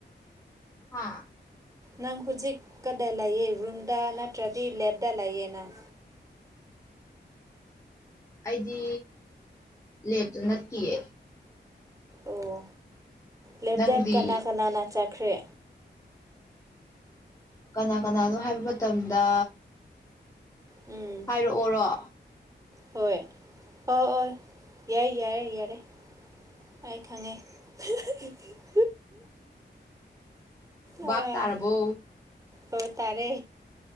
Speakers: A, on the left (about 15°); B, on the right (about 20°).
A: ꯍꯥ
B: ꯅꯪ ꯍꯧꯖꯤꯛꯀꯗ ꯂꯩꯌꯦ ꯔꯨꯝꯗ ꯅꯠꯇ꯭ꯔꯗꯤ ꯂꯦꯞꯇ ꯂꯩꯑ ꯅꯪ
A: ꯑꯩꯗꯤ ꯂꯦꯞꯇ ꯅꯠꯇꯦꯌꯦ
B: ꯑꯣ ꯂꯦꯞꯗꯦꯛ
A: ꯅꯪꯗꯤ
B: ꯀꯅꯥ ꯀꯅꯥꯅ ꯆꯥꯈ꯭ꯔꯦ
A: ꯀꯅꯥ ꯀꯅꯥꯅꯣ ꯍꯥꯏꯕ ꯃꯇꯝꯗ
B: ꯎꯝ
A: ꯍꯥꯏꯔꯛꯑꯣꯔꯣ
B: ꯍꯣꯏ ꯑ ꯑꯣ ꯌꯥꯏ ꯌꯥꯔꯦ ꯌꯥꯔꯦ ꯑꯩ ꯈꯪꯉꯦ <unintelligible> ꯑꯥ
A: ꯕꯥꯞ ꯇꯥꯔꯕꯣ
B: ꯍꯣꯏ ꯇꯥꯔꯦ